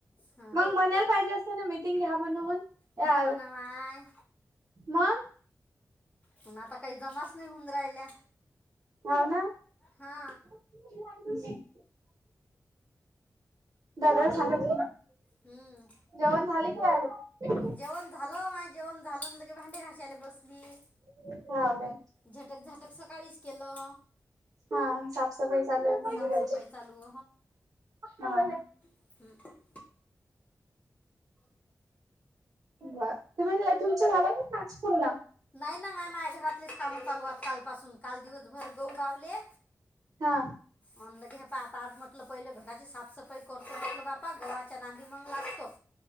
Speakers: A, on the left (about 25°); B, on the right (about 70°).
A: हां
B: मग म्हणाला पाहिजे असं ना मिटिंग घ्या म्हणून. या
A: म्हटलं ना माय
B: मंग.
A: पून आता काही जमाच नाही होऊन राहिल्या.
B: हाव ना
A: हा.
B: <inaudible> दादाला सांगायचं ना.
A: हं.
B: जेवण झाले की राहीले?
A: जेवण झालं माय जेवण झालं न लगेच भांडे घाशयला बसली.
B: हो का?
A: झटक झटक सकाळीच केलं.
B: हा. साफसफाई चालू आहे पण
A: साफसफाई
B: घराची.
A: चालू
B: हा.
A: हम्.
B: तुम्हाले तुमच झाला का टास्क पूर्ण?
A: नाही ना माय माय घरातलेच कामं चालू आत काल पासून काल दिवसभर घऊ गावले.
B: हा.
A: आणल घे पा आता आज म्हटलं पहिलं घराची साफसफाई करतो म्हटलं बा पाक गव्हाच्या नांदी मंग लागतो.